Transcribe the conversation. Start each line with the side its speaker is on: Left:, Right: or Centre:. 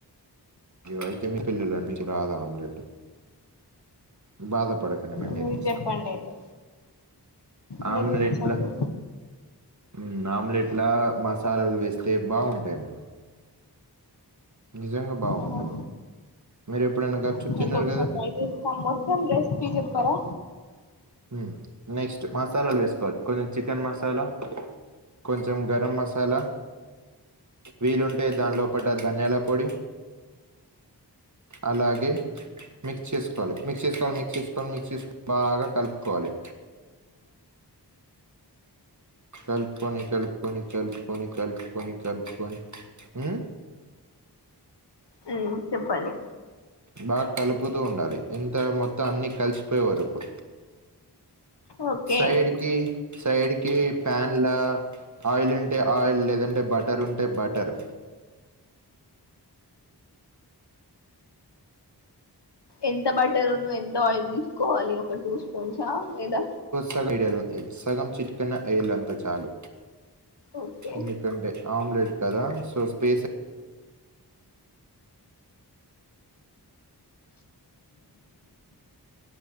Right: అయితే మీ పిల్లల నీకు రాద ఆమ్లెట్ బాధపడక నేనే
Left: మీరు
Right: నేర్పిస్తా
Left: చెప్పండి అయితే నేర్పించండి
Right: ఆమ్లెట్ల అ ఆమ్లెట్లా మాస్ సాలలు వేస్తే బాగుంటాయండి నిజంగా బాగుంటది.
Left: ఆహా
Right: మీరెప్పుడైనా గప్‌చుప్
Left: అతే
Right: తిన్నారు
Left: ఒక
Right: గదా!
Left: సార్ ట్రై చేస్తాం మొత్తాం రెసిపీ చెప్పారా
Right: ఉ నెక్స్ట్ మసాలాలు వేసుకోవాలి కొంచెం చికెన్ మసాలా కొంచెం గరం మసాలా వీలుంటే దాంలో ఒక డజ్ గంగాల పొడి అలాగే మిక్స్ చేసుకోవాలి మిక్స్ చేసుకోవాలి మిక్స్ చేసుకోని మిక్స్ చేసుకొని మిక్స్ చేసుకొని బాగా కలుపుకోవాలి కలుపుకొని కలుపుకొని కలుపుకొని కలుపుకొని కలుపుకొని ఉ
Left: ఉ చెప్పండి
Right: బాగా కలుపుతూ ఉండాలి ఇంత మొత్తం అన్నీ కలిసిపోయే వరకు
Left: ఓకే
Right: సైడ్ కి సైడ్ కి ప్యాన్ల ఆయిల్ ఉంటే ఆయిల్ లేదంటే బటర్ ఉంటే బటర్
Left: ఎంత బట్టర్ ఉన్న ఎంత ఆయిల్ తీసుకోవాలి ఒక టూ స్పూన్ చ లేదా
Right: <unintelligible> సగం చిట్కన్న ఏల్ అంత చాలు
Left: ఓకే
Right: ఎందుకంటే ఆమ్లెట్ కదా సో స్పేస్